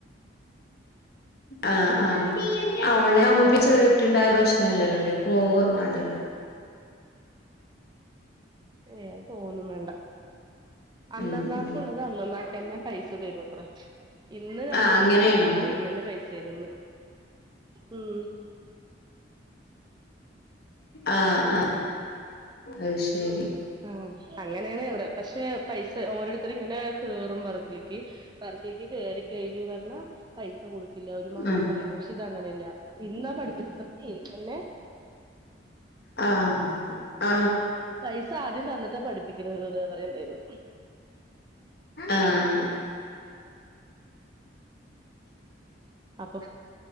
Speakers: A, on the left; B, on the right.
A: ആ ആ ഓൺലൈൻ <unintelligible> ണ്ടായല് പ്രശ്നല്ലല്ലോ അല്ലേ പോകന്ന് വേണ്ടല്ലോ.
B: ഏ അത് പോകുന്നു വേണ്ട. അന്നന്നാക്ക്
A: ഉം ഉം
B: ഉള്ളത് അന്നന്നാക്ക് തന്നെ. പൈസ തരൂ അത്ര, ഇന്ന് നമ്മള്
A: ആഹ് അങ്ങനെയാണോ
B: പഠിപ്പിച്ചു കഴിഞ്ഞല് ഇന്ന് തന്നെ പൈസ തരുന്ന്. ഉം
A: ആ ആ. അത് ശരി.
B: ആ അങ്ങനെയാണ് എവിടെ പക്ഷെ പൈസ ഓരോരുത്തരും ഇങ്ങനെ കേറും വർക്കിലേക്ക് ലേക്ക് കേറി കഴിഞ്ഞു വരുന്ന പൈസ. കൊടുക്കില്ല ഒരു മാസം
A: ആഹ്
B: പറയും, പക്ഷെ ഇത് അങ്ങനെയല്ല ഇന്ന് പഠിപ്പിച്ച പറഞ്ഞ് ഇന്ന് തന്നെ.
A: ആ ആ.
B: പൈസ ആദ്യം തന്നിട്ട് <unintelligible> പറയുണ്ടായിരുന്നു.
A: ആഹ.
B: അപ്പൊ